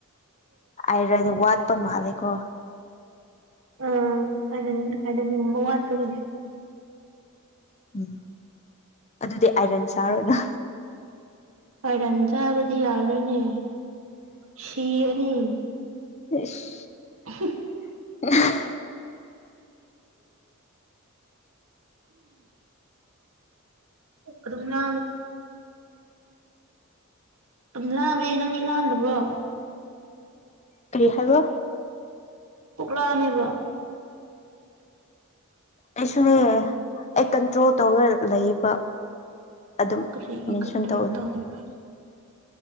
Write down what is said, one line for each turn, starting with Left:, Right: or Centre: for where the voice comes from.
Left: ꯍꯥꯏꯔꯗꯤ ꯋꯥꯠꯄ ꯃꯥꯂꯦꯀꯣ
Right: ꯑ ꯑ ꯑꯗ ꯎꯃ ꯋꯥꯇꯗꯤ
Left: ꯎꯝ ꯑꯗꯨꯗꯤ ꯑꯥꯏꯔꯟ ꯁꯥꯔꯣꯅ
Right: ꯋꯥꯏꯔꯟ ꯆꯥꯕꯗꯤ ꯌꯥꯔꯣꯏꯅꯦ ꯁꯤꯔꯅꯤ
Left: ꯏꯁ
Right: <inaudible>
Left: <inaudible>
Right: ꯑꯗꯨꯅ ꯂꯃꯦ ꯅꯪ ꯂꯝꯗꯕꯣ
Left: ꯀꯔꯤ ꯍꯥꯏꯕꯣ
Right: ꯄꯨꯛꯂꯥꯅꯦꯕ
Left: ꯑꯩꯁꯨꯅꯦ ꯑꯩ ꯀꯟꯇ꯭ꯔꯣꯜ ꯇꯧꯔ ꯂꯩꯕ ꯑꯗꯨꯝ
Right: ꯀꯔꯤꯒꯤ
Left: ꯃꯦꯟꯁꯟ
Right: ꯀꯟꯇ꯭ꯔꯣꯜ
Left: ꯇꯧꯅ
Right: ꯇꯧꯔꯤꯕ